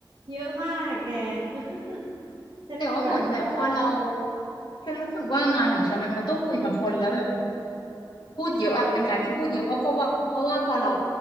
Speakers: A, on the right (about 80°); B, on the left (about 75°).
A: เยอะมากแก <laughs> ฉันคือแบบชอบ
B: แต่ว่าเหมือนแบบพอเราฉันรู้สึกว่างานของฉันอะมันต้องคุยกับคนแล้วแบบพูดเยอะอะเป็นงานที่พูดเยอะเพราะเพราะว่าเพราะว่าพอเรา